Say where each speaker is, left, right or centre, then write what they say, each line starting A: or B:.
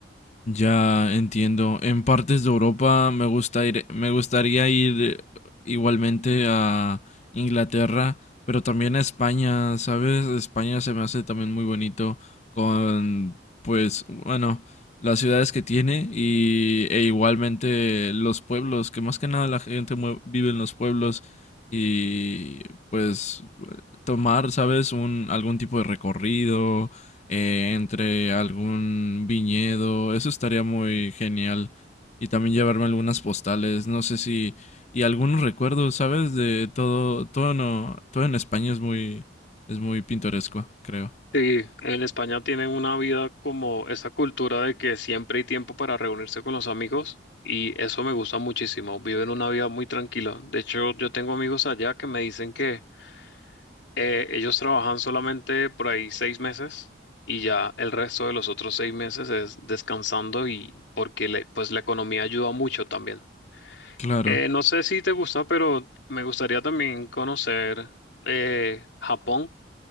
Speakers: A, on the left; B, on the left.
A: Ya entiendo. En partes de Europa me gusta ir- me gustaría ir igualmente a Inglaterra, pero también a España, ¿sabes? España se me hace también muy bonito con, pues, bueno, las ciudades que tiene y, e igualmente los pueblos, que más que nada la gente mue- vive en los pueblos y, pues, tomar, ¿sabes? Un, algún tipo de recorrido eh, entre algún viñedo. Eso estaría muy genial. Y también llevarme algunas postales, no sé si... Y algunos recuerdos, ¿sabes? De todo, todo no, todo en España es muy, es muy pintoresco, creo.
B: Sí, en España tienen una vida como esa cultura de que siempre hay tiempo para reunirse con los amigos y eso me gusta muchísimo. Viven una vida muy tranquila. De hecho, yo tengo amigos allá que me dicen que eh, ellos trabajan solamente por ahí seis meses y ya el resto de los otros seis meses es descansando y porque le- pues la economía ayuda mucho también.
A: Claro.
B: Eh, no sé si te gusta, pero me gustaría también conocer eh, Japón.